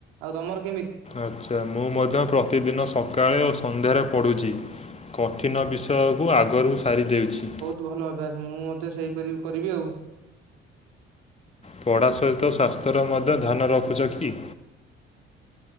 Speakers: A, on the right; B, on the left.
A: ଆଉ ତମର କେମିତି?
B: ଆଚ୍ଛା ମୁଁ ମଧ୍ୟ ପ୍ରତିଦିନ ସକାଳେ ଓ ସନ୍ଧ୍ୟାରେ ପଢ଼ୁଚି। କଠିନ ବିଷୟକୁ ଆଗରୁ ସାରିଦେଉଛି।
A: ତୁ ଭଲ ଅଭ୍ୟାସ ମୁଁ ମଧ୍ୟ ସେଇପରି କରିବି ଆଉ।
B: ପଢା ସହିତ ସ୍ୱାସ୍ଥ୍ୟର ମଧ୍ୟ ଧ୍ୟାନ ରଖୁଚ କି?